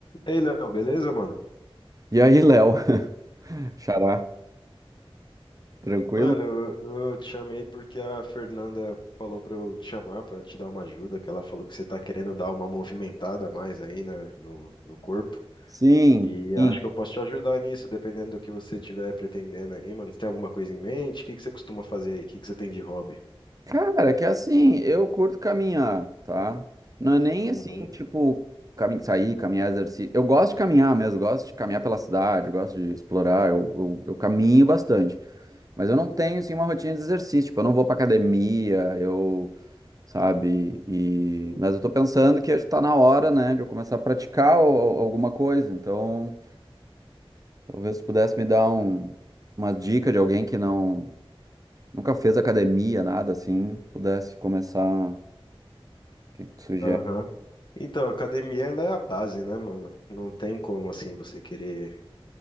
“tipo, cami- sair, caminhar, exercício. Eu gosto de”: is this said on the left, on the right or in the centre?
Right